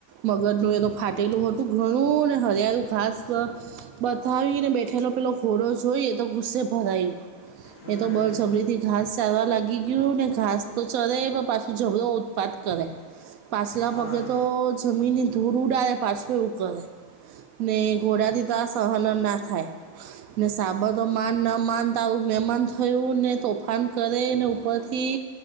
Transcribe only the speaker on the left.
હમ
હા
હા